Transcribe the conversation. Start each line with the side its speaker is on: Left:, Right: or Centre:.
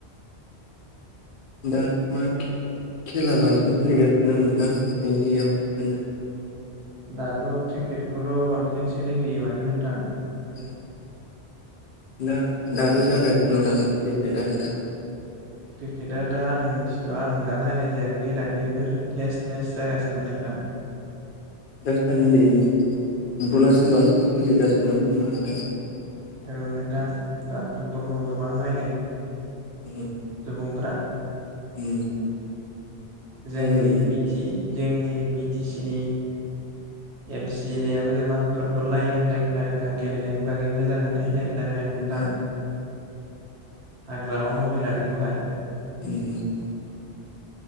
Left: दा मागि <unintelligible> खेला बांसिन सोलिगासिनो नोंथां इण्डिआव बेनो
Right: दाथ' क्रिकेटखौल' बांसिन सोलिहोयो माथो नोंथां
Left: उम दा दाबो जागासिनो दं नामा क्रिकेट दा नोंथां
Right: क्रिकेटआ दा आं मिथिया आं दा नायनाय जायाखै दाख्लैफोर टेस्ट मेच जागासिनोमोन नोंथां <inaudible>
Left: दासान्दि फुटबलासो बांसिन सोलिगासिनो दं खोमा नोंथां
Right: औ नोंथां दा फुटबलखौ गोबां नायदों
Left: उम
Right: सुबुंफ्रा
Left: उम
Right: जोंनि
Left: नायनो
Right: जोंनि बिटि बि टि सि नि एम सि एल ए आबो गोबां फुटबल नायो होननाय खोनादों आं गेलेनायनि बागै मोजां मोनो होननाय खोनादों आं नोंथां
Left: ओ
Right: हाग्रामा महिलारिखौहाय
Left: उम उम उम